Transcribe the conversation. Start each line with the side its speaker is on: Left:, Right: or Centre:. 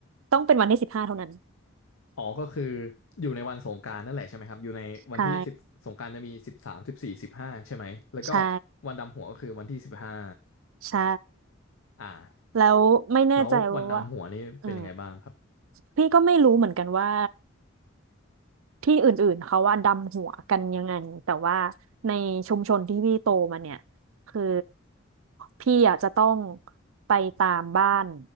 Right: ต้องเป็นวันที่สิบห้าเท่านั้น
Left: อ๋อก็คืออยู่ในวันสงกรานต์นั่นแหละใช่ไหมครับอยู่ในวันที่สิบสงกรานต์จะมีสิบสามสิบสี่สิบห้าใช่ไหมแล้วก็
Right: ใช่ใช่
Left: วันดำหัวก็คือวันที่สิบห้า
Right: ใช่
Left: อ่า
Right: แล้วไม่แน่ใจว่า
Left: แล้ววันดำหัวนี่เป็นยังไงบ้างครับ
Right: เออพี่ก็ไม่รู้เหมือนกันว่า ที่อื่นๆเขาว่าดำหัวกันยังไงแต่ว่าในชุมชนที่พี่โตมาเนี่ยคือพี่อ่ะจะต้องไปตามบ้าน